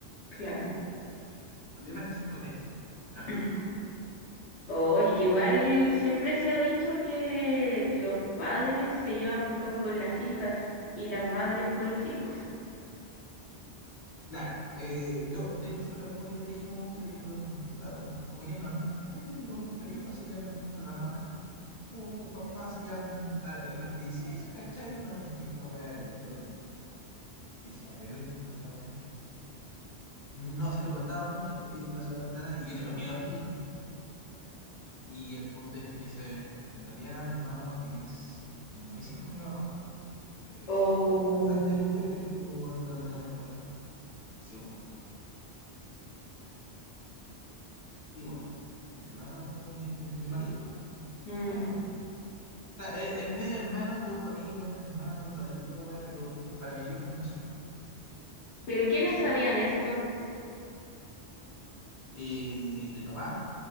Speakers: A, on the left; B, on the left.
A: claro.
B: El problema es que es con él, claro,
A: <clears throat>
B: chico.
A: O es que igual
B: Y,
A: siempre se ha dicho que los padres se llevan mejor con las hijas y las madres con los hijos.
B: Claro, eh, yo de hecho fue lo mismo que le dije en un momento, y puta, puta, como ella es normal, ¿cachai? Los, los hijos se llevan mejor con la mamá, los, los
A: Mm.
B: papás se llevan ah, con las princesas, ¿cachai? No, es que esta weá es peor, me dijo. Dije, a ver, cuéntame. no se lo contaba mucho, te pido que no se lo cuente a nadie, y yo te lo pido a ti. Y el punto es que me dice, en realidad mi hermano es, no es hijo de mi papá, weón. es
A: o
B: hijo de un amante de mi vieja que estuvo weón, durante una temporada. Así como, weón, sí, weón, mi hermano, weón, mi, mi- mi hermanito, weón,
A: mm,
B: no es hermano. O sea, es, es medio hermano, yo para mí, bueno, es mi hermano de toda la vida, toda la weá, pero para mi viejo no es su hijo.
A: ¿pero quiénes
B: Y así como,
A: sabían
B: oh.
A: esto?
B: Eh, el papá,